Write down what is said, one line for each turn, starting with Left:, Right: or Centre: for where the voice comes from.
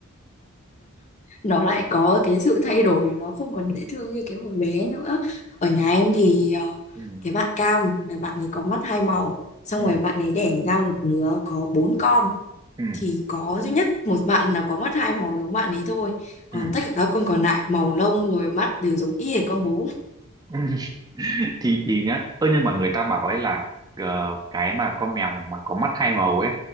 Left: nó lại có cái sự thay đổi nó không còn dễ thương như cái hồi bé nữa ở nhà em thì ờ,
Right: ừ,
Left: cái bạn cam là bạn ấy có mắt hai màu xong
Right: ừ,
Left: rồi bạn ấy đẻ ra một đứa có bốn con
Right: ừ,
Left: thì có duy nhất một bạn là có mắt hai màu giống bạn ấy thôi còn
Right: ừ.
Left: tất cả các con còn lại màu lông rồi mắt đều giống y hệt con bố
Right: <laughs> thì thì nhá ơ nhưng mà người ta bảo ấy là ờ, cái mà con mèo mà có mắt hai màu ấy